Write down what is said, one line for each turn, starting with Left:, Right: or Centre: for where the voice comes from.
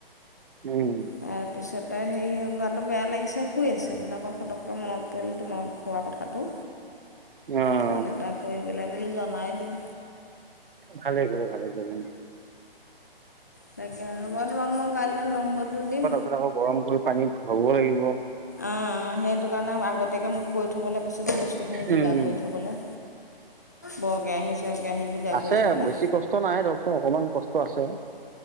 Right: উম।
Left: তাৰপিছতে সেই গাটো বেয়া লাগিছে শুই আছিলো তাৰপৰা ফটককে মনত পৰিলে তোমাক কোৱা কথাটো।
Right: উম।
Left: ফোন এটা কৰি পেলাই বোলো জনাই দিওঁ।
Right: ভালেই কৰিলে ভালেই কৰিলে।
Left: তাকে হ'ব তোমাক মই কাইলৈ নম্বৰটো দিম
Right: তাছত আকৌ গৰম কৰি পানীত থব লাগিব।
Left: অঁ সেইটো কাৰণে আগতীয়াকে মোক কৈ থ'বলৈ কৈছে যে বস্তুখিনি যোগাৰ
Right: উম
Left: কৰি থ'বলৈ। বৰ কেৰাহি চৰ কেৰাহি আহি যোগাৰ
Right: আছে
Left: কৰি থ'বলৈ।
Right: বেছি কষ্ট নাই ধৰকচোন অকণমান কষ্ট আছে।